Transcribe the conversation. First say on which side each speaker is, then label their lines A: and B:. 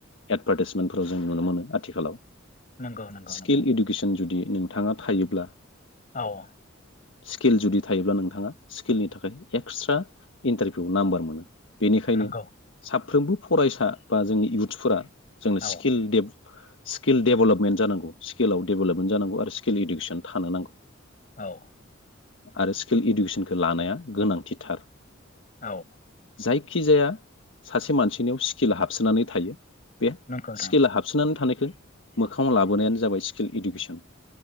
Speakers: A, on the left; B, on the left.
A: एडभार्टाइसमेन्टफोराव जों नुनो मोनो आथिखालाव ।
B: नंगौ नंगौ
A: स्किल
B: नंगौ
A: एडुकेसन जुदि नोंथाङा थायोब्ला
B: औ ।
A: स्किल जुदि थायोब्ला नोंथाङा स्किलनि थाखाय एक्सट्रा इन्टारभिउ नाम्बार मोनो । बेनिखायनो
B: नंगौ
A: साब फ्रोमबो फरायसा बा जोंनि इउथ्सफोरा जोंनो
B: औ
A: स्किल डेफ स्किल डेभेलपमेन्ट जांगौ स्किलाव डेभेलपमेन्ट जानांगौ आरो स्किल इडुकेसन थानो नांगौ ।
B: औ ।
A: आरो स्किल इडुकेसनखौ लानाया गोनांथिथार ।
B: औ ।
A: जायखिजाया सासे मानसिनियाव स्किल हाबसोनानै थायो । बे
B: नंगौ नों
A: स्केला हाबसोनानै थानाय मोखाङाव लाबोनायानो जाबाय स्किल इडुकेसन ।